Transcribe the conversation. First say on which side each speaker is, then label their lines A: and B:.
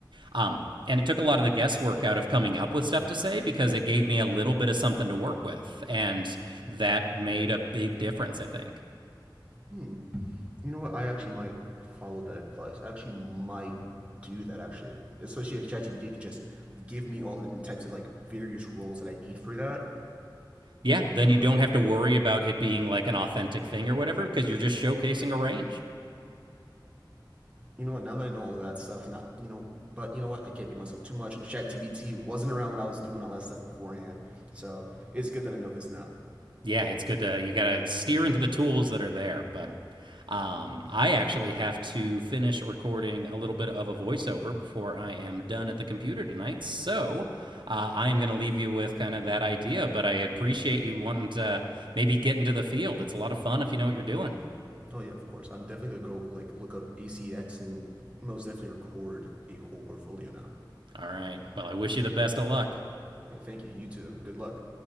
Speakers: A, on the right (about 85°); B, on the right (about 15°).
A: Um, and it took a lot of the guesswork out of coming up with stuff to say because it gave me a little bit of something to work with, and that made a big difference, I think.
B: Hmm. You know what? I actually might follow that advice. I actually might do that actually. Especially if ChatGPT can just give me all the different types of like various roles that I need for that.
A: Yeah, then
B: Oh.
A: you don't have to worry about it being like an authentic thing or whatever because you're just showcasing a range.
B: You know what? Now that I know all of that stuff, now you know. But you know what? I can't beat myself too much. ChatGPT wasn't around when I was doing all that stuff beforehand, so it's good that I know this now.
A: Yeah, it's good to you got to steer into the tools that are there, but um, I actually have to finish recording a little bit of a voiceover before I am done at the computer tonight. So uh, I am going to leave you with kind of that idea, but I appreciate you wanting to maybe get into the field. It's a lot of fun if you know what you're doing.
B: Oh yeah, of course. I'm definitely gonna go like look up ACX and most definitely record a whole portfolio now.
A: All right. Well, I wish you the best of luck.
B: Hey, thank you. You too. Good luck.